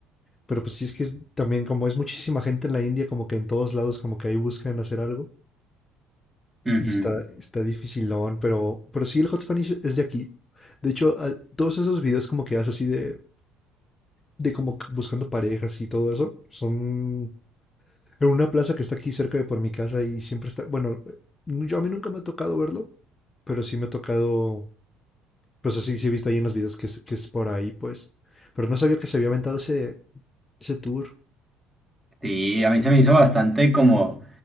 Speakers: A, on the left (about 25°); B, in the centre.
A: pero pues sí es que es- también como es muchísima gente en la India, como que en todos lados como que ahí buscan hacer algo.
B: Ujú.
A: Y está, está dificilón, pero, pero sí, el Hot Spanish es de aquí. De hecho, a- todos esos videos como que haces así de, de como que buscando parejas y todo eso, son en una plaza que está aquí cerca de por mi casa y siempre está, bueno, eh, yo a mí nunca me ha tocado verlo, pero sí me ha tocado, pues así sí he visto ahí en los videos que es, que es por ahí, pues. Pero no sabía que se había aventado ese, ese tour,
B: Sí, a mí se me hizo bastante como,